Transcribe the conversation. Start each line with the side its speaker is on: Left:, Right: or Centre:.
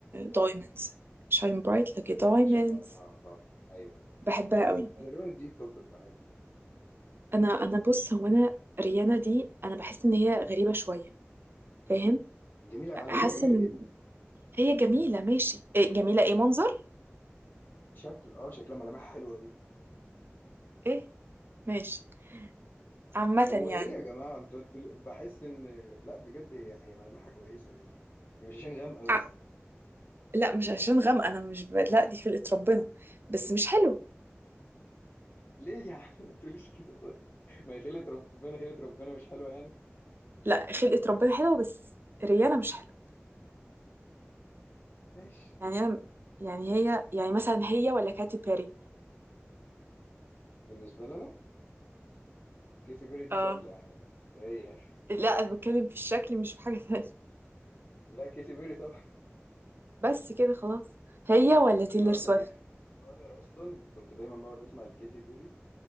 Right: دايموندز شاين برايت لك دايموندز
Left: عشان اه طبعا أيوه أيوه طبعا
Right: بحبها
Left: يعني
Right: قوي
Left: تقريبا دي التوب بتاعتها يعني
Right: انا انا بص هو انا ريانا دي انا بحس ان هي غريبة شوية فاهم
Left: جميلة على
Right: حاسة
Left: فكرة جميلة
Right: ان
Left: جدا
Right: هي جميلة ماشي إيه جميلة ايه منظر
Left: شكل اه شكلها ملامحها حلوة جدا على فكرة
Right: ايه ماشي عامة
Left: هو
Right: يعني
Left: إيه يا جماعة أنتوا أنتوا ليه- بحس إن لا بجد هي هي ملامحها كويسة هي هي مش عشان غامقة بس
Right: ع- لا مش عشان غامقة انا مش ب... لا دي خلقة ربنا بس مش حلو
Left: ليه يا عم <laughs> ما تقوليش كده طيب <laughs> ما هي خيلة ربنا خيلة ربنا مش حلوة يعني
Right: لا خلقة ربنا حلوة بس ريانا مش حلوة
Left: ماشي
Right: يعني انا يعني هي يعني مثلا هي ولا كاتي بيري
Left: بالنسبة لنا كيسي بيري دي
Right: اه
Left: سافلة يعني ايه يعني
Right: لا انا بتكلم في الشكل مش في حاجة تانية
Left: لا كيسي بيري طبعا
Right: بس كده خلاص هي ولا تيلر
Left: انا
Right: سويفت
Left: اصلا يعني صغير اصلا كنت دايما بقعد اسمع لكيتي بيري